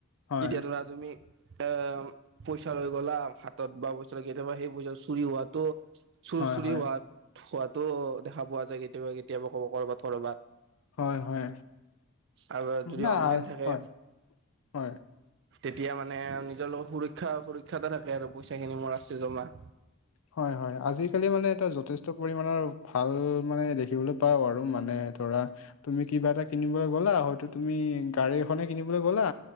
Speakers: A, on the left; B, on the right.
A: হয়
B: এতিয়া ধৰা তুমি, এ পইচা লৈ গ'লা হাতত বা পইচা কেতিয়াবা সেই পইচাটো চুৰি হোৱাতো, চুৰ
A: হয়
B: চুৰি
A: হয়
B: হোৱা হোৱাতো দেখা পোৱা যায় কেতিয়াবা কেতিয়াবা কব কৰ'বাত কৰবাত,
A: হয় হয়
B: আৰু যদি
A: না
B: অনলাইন থাকে
A: হয় হয়,
B: তেতিয়া মানে নিজৰ লগৰ সুৰক্ষা সুৰক্ষা এটা থাকে আৰু পইচা খিনি মোৰ আছে জমা।
A: হয় হয় আজিকালি মানে এটা যথেষ্ট পৰিমাণৰ, ভাল মানে দেখিবলৈ পাওঁ আৰু মানে ধৰা, তুমি কিবা এটা কিনিবলৈ গ'লা হয়তো তুমি গাড়ী এখনে কিনিবলৈ গ'লা